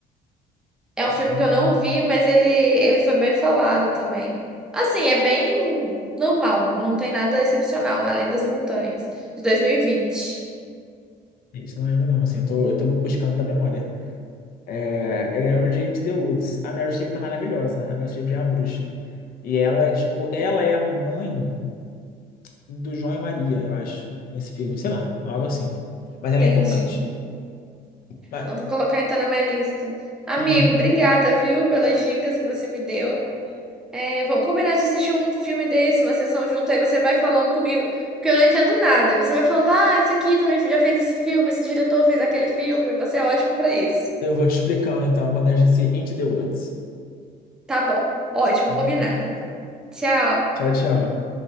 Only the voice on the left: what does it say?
Além
dos
uma...
isso eu não lembro, não. Assim, eu tô, eu tô buscando da memória. É, eu lembro de Into the Woods. A Meryl Streep tá maravilhosa. A Meryl Streep é uma bruxa. E ela é tipo... Ela é a mãe do João e Maria, eu acho, nesse filme. Sei lá, algo assim. Mas ela
é importante. Mas...
Uhum.
Eu vou te explicando então quando a gente se into the woods,
tá
bom?
Tchau, tchau.